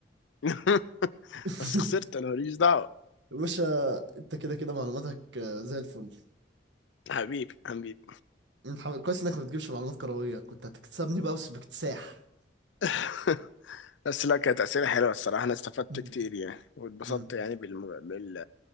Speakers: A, on the left; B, on the right.
A: <laughs>
B: <laughs>
A: بس خسرت انا ماليش دعوة
B: يا باشا أنت كده كده معلوماتك آه، زي الفل
A: حبيبي حبيبي
B: أنت حم- كويس إنك ما بتجيبش معلومات كروية كنت هتكسبني بقى بس باكتساح
A: <laughs> بس لا كانت أسئلة حلوة الصراحة أنا استفدت
B: مم.
A: كتير يعني واتبسطت
B: مم.
A: يعني بالم... بال...